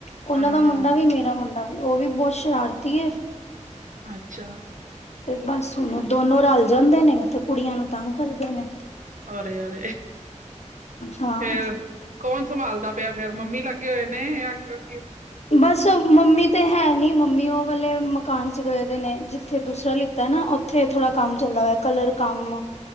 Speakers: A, on the left; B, on the right.
A: ਉਹਨਾਂ
B: ਹਾਂ,
A: ਦਾ ਮੁੰਡਾ ਵੀ ਮੇਰਾ ਮੁੰਡਾ ਵੀ ਉਹ ਵੀ ਬਹੁਤ ਸ਼ਰਾਰਤੀ
B: ਅੱਛਾ
A: ਤੇ ਬਸ ਹੁਣ ਦੋਨੋ ਰਲ ਜਾਂਦੇ ਨੇ ਤੇ ਕੁੜੀਆਂ ਨੂੰ ਤੰਗ ਕਰਦੇ ਨੇ
B: ਅਰੇ ਅਰੇ,
A: ਹਾਂ
B: ਫੇਰ ਕੌਣ ਸੰਭਾਲਦਾ ਪਿਆ ਫੇਰ ਮੰਮੀ ਲੱਗ ਗਏ ਨੇ ਆਖਰ-
A: ਬਸ ਮੰਮੀ ਤੇ ਹੈ ਨੀ, ਮੰਮੀ ਉਹ ਵਾਲੇ ਮਕਾਨ ਚ ਗਏ ਨੇ ਜਿੱਥੇ ਦੂਸਰਾ ਲਿੱਤਾ ਨਾ ਉੱਥੇ ਥੋੜਾ ਕੰਮ ਚੱਲਦਾ ਹੋਇਆ, ਕਲਰ ਕੰਮ